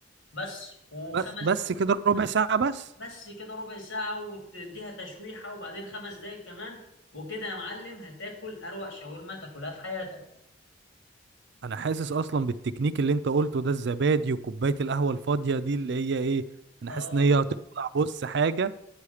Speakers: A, on the left; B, on the right.
A: بس وخمس
B: ب- بس كده ربع ساعه بس
A: بس كده ربع ساعه وتديها تشويحه وبعدين خمس دقايق كمان وكده يا معلم هتاكل اروق شاورما تاكلها في حياتك
B: انا حاسس اصلا بالتكنيك اللي انت قلته ده الزبادي وكوبايه القهوه الفاضيه دي اللي هي ايه انا
A: اه
B: حاسس ان هي هتطلع بص حاجه